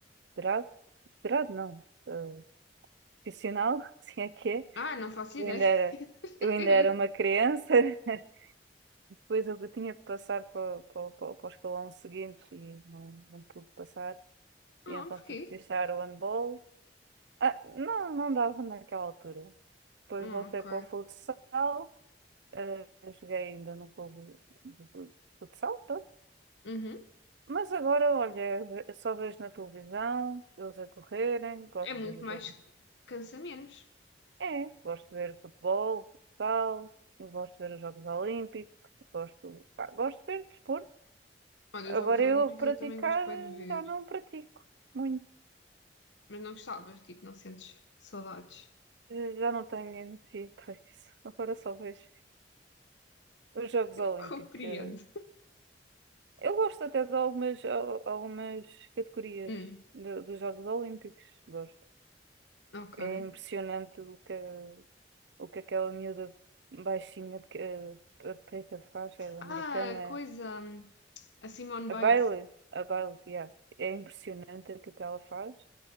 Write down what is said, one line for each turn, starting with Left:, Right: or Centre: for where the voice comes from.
Right: federado, federado não, eh, profissional, <laughs> assim é que é.
Left: Ah, não faço
Right: Eu
Left: ideia.
Right: ainda
Left: <laughs>
Right: era, eu ainda era uma criança, <laughs> depois eu tinha que passar para, o- para, o- para, o- para o escalão seguinte e não, não pude passar,
Left: Ah,
Right: e então
Left: porquê?
Right: tive que deixar o handball Ah, não, não dava naquela altura. Depois
Left: Ah,
Right: voltei
Left: ok.
Right: para o futsal, eh, joguei ainda no clube de fu- futsal, pronto.
Left: Uhum.
Right: Mas agora, olha, ve- só vejo na televisão, eles a correrem, gosto
Left: É muito
Right: de ver os
Left: mais
Right: jogos.
Left: cansamentos.
Right: É, gosto de ver futebol, futsal, gosto de ver os Jogos Olímpicos, gosto, pá, gosto de ver desporto.
Left: Olha, os
Right: Agora
Left: Jogos Olímpicos
Right: eu praticar
Left: eu também gosto bem
Right: eh,
Left: de ver,
Right: já não pratico muito,
Left: mas não gostavas, tipo, não sentes saudades.
Right: Eh, já não tenho energia <laughs> para isso. Agora só vejo os
Left: <laughs>
Right: Jogos
Left: Eu
Right: Olímpicos.
Left: compreendo.
Right: eh, Eu gosto até de algumas, al- algumas categorias
Left: Hum,
Right: do- dos Jogos Olímpicos. Gosto.
Left: ok.
Right: É impressionante o que, o que aquela miúda baixinha de, que- de preta faz, ela
Left: Ah,
Right: americana,
Left: coisa. hum, A Simone Biles.
Right: a Bailey, a Bailey, yeah. É impressionante o que ela faz.